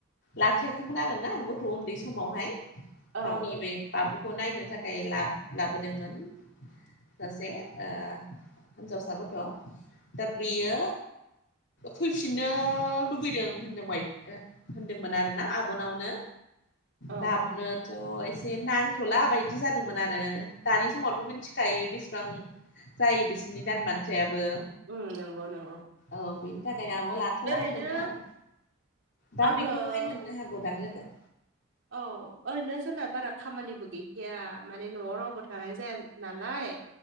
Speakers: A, on the left (about 60°); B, on the right (about 65°).
A: लाखियाखैमोन आरोना गथ' उन्दै समावहाय
B: औ
A: गावनि बे बाबुखौ नायनो थाखाय ला लाबोदोंमोन सासे हिनजावसा गथ' दा बियो फैफिननो लुबैदों होनदों ब होनदोंमोन आरोना आबनावनो
B: औ
A: बाबुनो थ एसे नांथला बायदि जादोंमोन आरो दानि समावथ मिथिखायो बेसेबां जायो बिसिनि दान बान्थायाबो
B: उम नंगौ नंगौ
A: औ बेनि थाखायनो आंबो लाथला
B: ओरैनो
A: होनदोंमोन दा
B: आङो
A: बेखौहाय मोननो हागोन गोबां लोगो
B: औ ओरैनो जोंना बारा खामानिबो गैखाया माने न'आव रावबो थानाय जाया नालाय